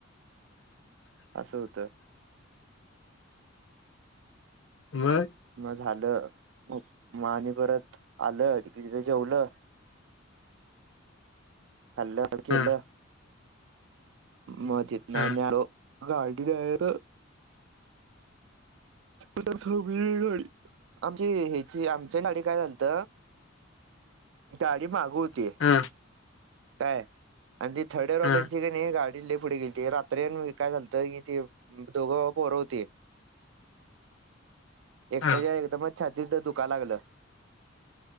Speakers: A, on the right; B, on the left.
A: असं होतं.
B: मग.
A: मग झालं म म आणि परत आलं कि तिथे जेवलं. खाल्ल केलं.
B: हं,
A: मग तिथंन
B: हं,
A: आणि आलो गाडी डायरेक्ट- गाडी आमची हची आमची गाडी काय झालत गााडी मागून.
B: हं,
A: काय आणि ती का
B: हं,
A: <unintelligible> नाही गाडी गेली. ट्रेन काय झालतं कि ती दोघं पोर होती. एकट्याच्या
B: हं,
A: एकदमच छातीतच दुखा लागलं.